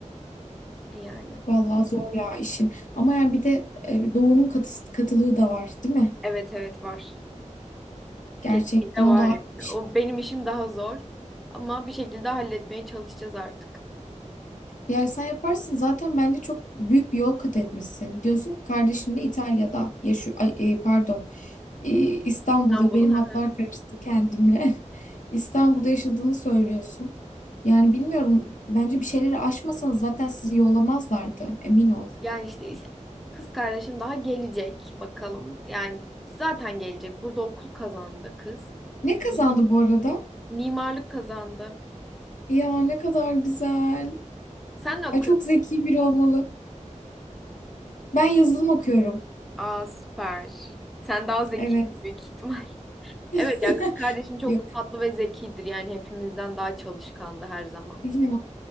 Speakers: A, in the centre; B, on the left.
A: yani
B: Vallahi zor ya işin. Ama yani bir de e, doğunun katı, katılığı da var, değil mi?
A: evet evet var.
B: Gerçekten
A: Kesinlikle
B: o
A: var
B: da ayrı
A: ya.
B: bir şey.
A: O benim işim daha zor. Ama bir şekilde halletmeye çalışacağız artık.
B: Ya sen yaparsın zaten bence çok büyük bir yol kat etmişsin. Diyorsun ki kardeşim de İtalya'da yaşıyor. Ay, e, pardon. E, İstanbul'da
A: İstanbul'u.
B: benim hatlar
A: <laughs>
B: karıştı kendimle. <laughs> İstanbul'da yaşadığını söylüyorsun. Yani bilmiyorum bence bir şeyleri aşmasanız zaten sizi yollamazlardı emin ol.
A: Yani işte is- kız kardeşim daha gelecek bakalım. Yani zaten gelecek. Burada okul kazandı kız.
B: Ne kazandı
A: Mimar-
B: bu arada?
A: Mimarlık kazandı.
B: Ya ne kadar güzel.
A: Sen ne okuyorsun?
B: Ay, çok zeki biri olmalı. Ben yazılım okuyorum.
A: Aa süper. Sen daha zeki
B: Evet.
A: büyük ihtimal. <laughs>
B: <laughs>
A: Evet ya kız kardeşim çok
B: Yok.
A: tatlı ve zekidir. Yani hepimizden daha çalışkandı her zaman.
B: Ya